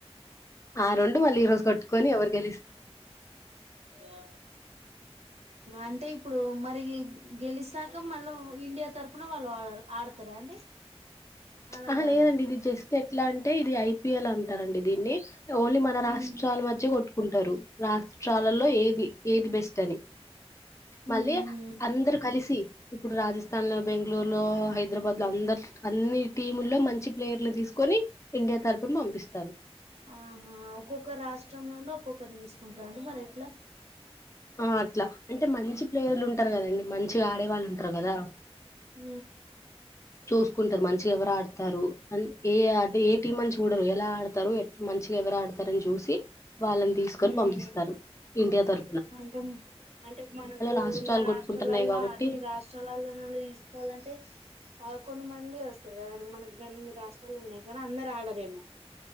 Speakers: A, on the left; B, on the right.
A: ఆ రెండు మళ్ళీ ఈ రోజు కట్టుకు కొని ఎరు గె
B: అ అంటే ఇప్పుడు మరి గెలిస్తాక మళ్ళా ఇండియా తరఫున వాళ్ళు ఆడతారా అండి అలా
A: ఆహ
B: కాదా
A: లేదండి ఇది జస్ట్ ఎట్లా అంటే ఇది అయి పిియలా అంటారండి దీన్ని ఓన్లీ మన
B: ఉమ్
A: రాష్ట్రాల మధ్య కొట్టుకుంటారు రాష్ట్రాలలో ఏది ఏది బెస్ట్ అని
B: ఉమ్
A: మళ్ళీ
B: ఉహు
A: అందరు కలిసి ఇప్పుడు రాజస్థా తనులో బెంగళూరు లో హైదరాబాద్ ఇ అందరు అన్నిీ టీముల్లో మంచి ప్లేయర్లు తీసుకుని ఇండియా తరపుున పంపిస్తంది
B: ఆహా ఒక్కొక్క రాష్ట ండి ఒక్కొక్కరిని తీసుకుంటార అండి మరి ఎట్లా
A: ఆ అట్లా అంటే మంచి ప్లేయర్లు ఉంటారు కదండి మంచిగా ఆడే వాళ్ళు ఉంటారు కదా
B: హ
A: చూసుకుంటారు మంచిగా ఎవరు ఆడతారు ఏ అంటే ఏ టీం అని చూడరు ఎలా ఆడతారు ఎ మంచిగా ఎవరు ఆడతారని చూసి వాళ్ళని తీసుకొని
B: ఉమ్
A: పంపిస్తారు ఇండియా ద్వారా
B: అంటే అంటే మనకు
A: రాష్ట్రాలు
B: ఉన్న రాష్ట్రాలలో
A: కొట్టుకుంటున్నాయి కాబట్టి
B: అన్ని రాష్ట్రాలలో నుండి తీసుకోవాలంటే పదకొండు మంది వస్తారు కదాడి మనకు అన్ని రాష్ట్రాలు ఉన్నాయి కానీ అందరు ఆడరేమో